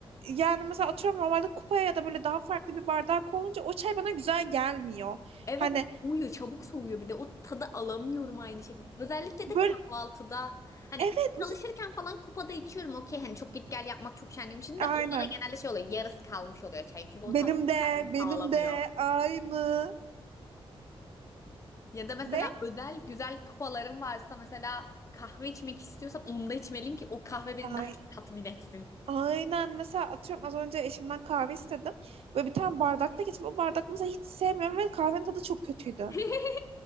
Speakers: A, on the right (about 80°); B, on the left (about 30°).
A: yani mesela atıyorum normalde kupaya ya da böyle daha farklı bir bardak olunca o çay bana güzel gelmiyor.
B: Evet
A: Hani
B: soğuyor çabuk soğuyor bir de o tadı alamıyorum aynı şekilde. Özellikle
A: böyle
B: de kahvaltıda hani
A: evet
B: çalışırken falan kupada içiyorum okey hani çok git gel yapmak çok şenliğim için
A: aynen
B: de onda da genelde şey oluyor yarısı kalmış oluyor çayın çünkü
A: benim
B: o tat
A: de
B: kendimi
A: benim
B: sağlamıyor.
A: de aynı
B: Ya da mesela
A: ve
B: özel güzel kupalarım varsa mesela kahve içmek istiyorsam onda içmeliyim ki o kahve beni
A: aynı.
B: daha çok tatmin etsin.
A: Aynen mesela atıyorum az önce eşimden kahve istedim. Böyle bir tane bardakta geçip o bardak mesela hiç sevmiyorum ve kahvenin tadı çok kötüydü.
B: <laughs>